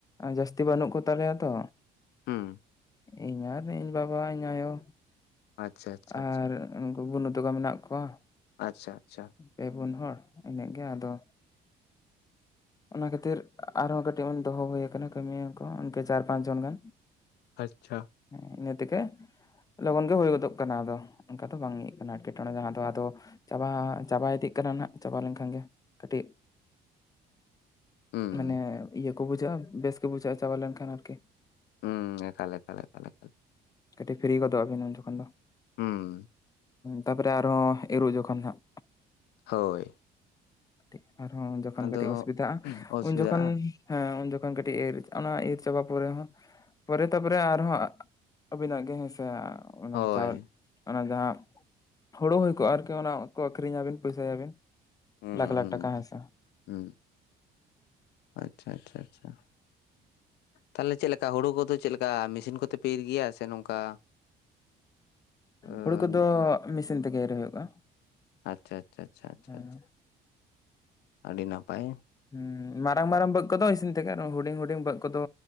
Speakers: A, on the left (about 20°); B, on the left (about 80°).
A: ᱡᱟᱹᱥᱛᱤ ᱵᱟᱹᱱᱩᱜ ᱠᱚᱛᱟᱞᱮᱭᱟ ᱛᱚ᱾
B: ᱦᱩᱸ
A: ᱤᱧ ᱤᱧ ᱵᱟᱵᱟ ᱤᱧ ᱟᱭᱳ᱾
B: ᱟᱪᱪᱷᱟ ᱟᱪᱪᱷᱟ ᱟᱪᱪᱷᱟ
A: ᱟᱨ ᱩᱱᱠᱩ ᱠᱚ ᱱᱚᱛᱮ ᱠᱚ ᱢᱮᱱᱟᱜ ᱠᱚᱭᱟ᱾
B: ᱟᱪᱪᱷᱟ ᱟᱪᱪᱷᱟ᱾
A: ᱯᱮ ᱯᱩᱱ ᱦᱚᱲ ᱤᱱᱟᱹᱜ ᱜᱮ ᱟᱫᱚ, ᱚᱱᱟ ᱠᱷᱟᱹᱛᱤᱨ ᱟᱨᱦᱚᱸ ᱠᱟᱹᱴᱤᱜ ᱦᱚᱲ ᱫᱚᱦᱚ ᱦᱩᱭ ᱟᱠᱟᱱᱟ ᱠᱟᱹᱢᱤᱭᱟᱹ ᱠᱚ ᱤᱱᱠᱟᱹ ᱪᱟᱨ ᱯᱟᱸᱪ ᱡᱚᱱ ᱜᱟᱱ᱾
B: ᱟᱪᱪᱷᱟ᱾
A: ᱦᱮᱸ ᱤᱱᱟᱹᱛᱮᱜᱮ, ᱞᱚᱜᱚᱱ ᱜᱮ ᱦᱩᱭ ᱜᱚᱫᱚᱜ ᱠᱟᱱᱟ ᱟᱫᱚ, ᱚᱝᱠᱟ ᱫᱚ ᱵᱟᱝ ᱤᱭᱟᱹᱜ ᱠᱟᱱᱟ ᱮᱴᱠᱮᱴᱚᱬᱮᱸ ᱡᱟᱦᱟᱸ ᱫᱚ ᱟᱫᱚ, ᱪᱟᱵᱟ ᱦᱟᱸᱜ ᱪᱟᱵᱟ ᱤᱫᱤᱜ ᱠᱟᱱᱟ ᱱᱟᱦᱟᱸᱜ ᱪᱟᱵᱟ ᱞᱮᱱᱠᱷᱟᱱ ᱜᱮ, ᱠᱟᱹᱴᱤᱜ
B: ᱦᱩᱸ
A: ᱢᱟᱱᱮ ᱤᱭᱟᱹ ᱠᱚ ᱵᱩᱡᱷᱟᱹᱜᱼᱟ ᱵᱮᱥ ᱜᱮ ᱵᱩᱡᱷᱟᱹᱜᱼᱟ ᱪᱟᱵᱟ ᱞᱮᱱᱠᱷᱟᱱ ᱟᱨᱠᱤ᱾
B: ᱦᱩᱸ ᱮᱠᱟᱞ ᱮᱠᱟᱞ ᱮᱠᱟᱞ ᱮᱠᱟᱞ᱾
A: ᱫᱤᱜᱫᱤᱨᱤ ᱜᱚᱫᱚᱜ ᱵᱮᱱ ᱩᱱ ᱡᱚᱠᱷᱚᱱ ᱫᱚ᱾
B: ᱦᱩᱸ᱾
A: ᱛᱟᱯᱚᱨᱮ ᱟᱨᱦᱚᱸ ᱤᱨᱚᱜ ᱡᱚᱠᱷᱚᱱ ᱦᱟᱸᱜ᱾
B: ᱦᱳᱭ
A: ᱠᱟᱹᱴᱤᱜ ᱟᱨᱦᱚᱸ ᱡᱚᱠᱷᱚᱱ
B: ᱟᱫᱚ
A: ᱠᱟᱹᱴᱤᱜ ᱚᱥᱩᱵᱤᱛᱷᱟᱜ-ᱟ,
B: ᱚᱥᱩᱵᱤᱫᱷᱟᱜᱼᱟ
A: ᱩᱱ ᱡᱚᱠᱷᱚᱱ, ᱦᱮᱸ ᱩᱱ ᱡᱚᱠᱷᱚᱱ ᱠᱟᱹᱴᱤᱜ ᱤᱨ ᱚᱱᱟ ᱤᱨ ᱪᱟᱵᱟ ᱯᱚᱨᱮ ᱦᱚᱸ, ᱯᱚᱨᱮ ᱛᱟᱨᱯᱚᱨᱮ ᱟᱨᱦᱚᱸ ᱟᱹᱵᱤᱱᱟᱜ ᱜᱮ ᱦᱮᱸ ᱥᱮ ᱚᱱᱟ
B: ᱦᱳᱭ
A: ᱪᱟᱣ ᱚᱱᱟ ᱡᱟᱦᱟᱸ ᱦᱩᱲᱩ ᱦᱩᱭ ᱠᱚᱜᱼᱟ ᱟᱨᱠᱤ ᱚᱱᱟ ᱠᱚ ᱟᱹᱠᱷᱨᱤᱧᱟᱵᱤᱱ ᱯᱚᱭᱥᱟᱭᱟᱵᱤᱱ᱾
B: ᱦᱩᱸ
A: ᱞᱟᱠᱷ ᱞᱟᱠᱷ
B: ᱦᱩᱸ
A: ᱴᱟᱠᱟ ᱦᱮᱸ ᱥᱮ᱾
B: ᱦᱩᱸ, ᱟᱪᱪᱷᱟ ᱟᱪᱪᱷᱟ ᱟᱪᱪᱷᱟ᱾ ᱛᱟᱦᱚᱞᱮ ᱪᱮᱜ ᱞᱮᱠᱟ ᱦᱩᱲᱩ ᱠᱚᱫᱚ ᱪᱮᱜ ᱞᱮᱠᱟ ᱢᱮᱥᱤᱱ ᱠᱚᱛᱮ ᱯᱮ ᱤᱨ ᱜᱮᱭᱟ ᱥᱮ ᱱᱚᱝᱠᱟ ᱟᱸ
A: ᱦᱩᱲᱩ ᱠᱚᱫᱚ ᱢᱮᱥᱤᱱ ᱛᱮᱜᱮ ᱮᱨ ᱦᱩᱭᱩᱜᱼᱟ᱾
B: ᱟᱪᱪᱷᱟ ᱟᱪᱪᱷᱟ ᱟᱪᱪᱷᱟ ᱟᱪᱪᱷᱟ
A: ᱦᱮᱸ
B: ᱟᱪᱪᱷᱟ ᱟᱹᱰᱤ ᱱᱟᱯᱟᱭ᱾
A: ᱦᱩᱸ ᱢᱟᱨᱟᱝ ᱢᱟᱨᱟᱝ ᱵᱟᱹᱫᱽ ᱠᱚᱫᱚ ᱤᱥᱤᱱ ᱛᱮᱜᱮ ᱟᱨᱚ ᱦᱩᱸᱰᱤᱧ ᱦᱩᱸᱰᱤᱧ ᱵᱟᱹᱫᱽ ᱠᱚᱫᱚ